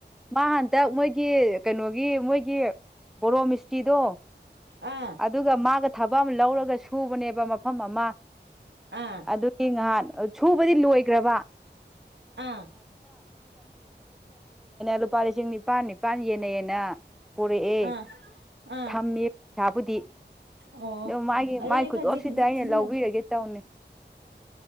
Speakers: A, in the centre; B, on the right.
A: ꯃꯥ ꯍꯟꯗꯛ ꯃꯣꯏꯒꯤ ꯀꯩꯅꯣꯒꯤ ꯃꯣꯏꯒꯤ ꯣꯔꯣ ꯃꯤꯁꯇꯔꯤꯗꯣ
B: ꯑꯥ
A: ꯑꯗꯨꯒ ꯃꯥꯒ ꯊꯕꯛ ꯑꯃ ꯂꯧꯔꯒ ꯁꯨꯕꯅꯦꯕ ꯃꯐꯝ ꯑꯃ
B: ꯑꯥ
A: ꯑꯗꯨꯒꯤ ꯉꯍꯥꯟ ꯨꯝ <inaudible> ꯃꯣꯏꯗꯤ ꯂꯣꯏꯒꯔꯕ
B: ꯑꯥ
A: ꯂꯨꯄꯥ ꯂꯤꯁꯤꯡ ꯅꯤꯄꯥꯜ ꯅꯤꯄꯥꯟ ꯌꯦꯟꯅꯩꯌꯦ ꯄꯨꯔꯛꯑꯦ
B: ꯑꯥ ꯑꯥ
A: ꯊꯝꯃꯤ ꯄꯩꯁꯥꯕꯨꯗꯤ
B: ꯑꯣ
A: ꯑꯗꯣ ꯃꯥꯒꯤ
B: ꯑꯗꯨꯅꯦ
A: ꯃꯥꯒꯤ ꯈꯨꯗꯣꯞꯁꯤꯗ
B: ꯈꯖꯤꯛ ꯈꯖꯤꯛ
A: ꯑꯩꯅ
B: ꯁꯤꯖꯤꯟꯅꯧ
A: ꯂꯧꯕꯤꯔꯒꯦ ꯇꯧ ꯇꯧꯅꯤ